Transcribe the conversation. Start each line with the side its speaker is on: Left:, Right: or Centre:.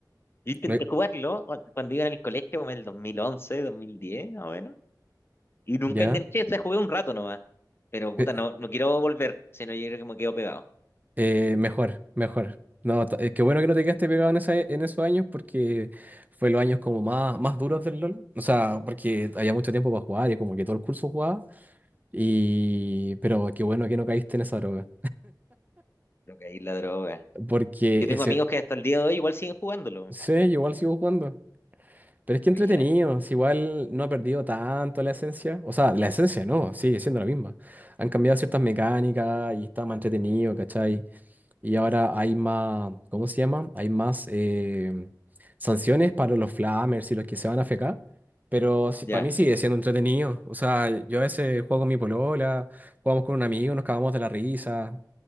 Left: Yo intenté
Right: Lo-
Left: jugarlo cu- cuando iba en el colegio, como en el 2011, 2010, más o menos. Y nunca
Right: ¿Ya?
Left: enganché, o sea, jugué un rato nomás. Pero puta,
Right: eh,
Left: no, no quiero volver, sino yo creo que me quedo pegado.
Right: Eh, mejor, mejor. No, t- eh, qué bueno que no te quedaste pegado en, esa, en esos años porque fue los años como más, más duros del LOL. O sea, porque había mucho tiempo para jugar y como que todo el curso jugaba. Y... Pero qué bueno que no caíste en esa droga.
Left: Creo que ahí la droga.
Right: Porque
Left: Yo tengo
Right: ese...
Left: amigos que hasta el día de hoy igual siguen jugándolo.
Right: Sí, yo igual sigo jugando. Pero es que
Left: Buena,
Right: entretenido. si igual no ha perdido tanto la esencia. O sea, la esencia no, sigue siendo la misma. Han cambiado ciertas mecánicas y está más entretenido, ¿cachai? Y ahora hay más, ¿cómo se llama? Hay más eh, sanciones para los flamers y los que se van a fecar. Pero sí-
Left: ya.
Right: para mí sigue siendo entretenido. O sea, yo a veces juego con mi polola, jugamos con un amigo, nos cagamos de la risa.